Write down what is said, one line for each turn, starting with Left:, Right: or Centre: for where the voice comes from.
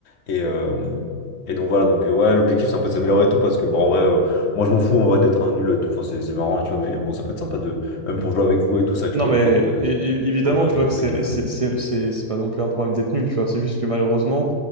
Left: Et, euh, et donc, voilà. Donc, euh, ouais, l'objectif, c'est un peu de s'améliorer et tout parce que, bon, en vrai, euh, moi, je m'en fous en vrai d'être un nul et tout. Enfin, c'est c'est marrant, tu vois, mais bon, ça peut être sympa de même pour jouer avec vous et tout ça, que
Right: Non,
Left: je peux comprendre
Right: mais
Left: que
Right: é- é- évidemment,
Left: c'est chiant de jouer avec
Right: tu vois que
Left: un
Right: c'est
Left: mec. euh.
Right: c'est c'est- c'est- c'est pas non plus un problème d'être nul, tu vois. C'est juste que malheureusement,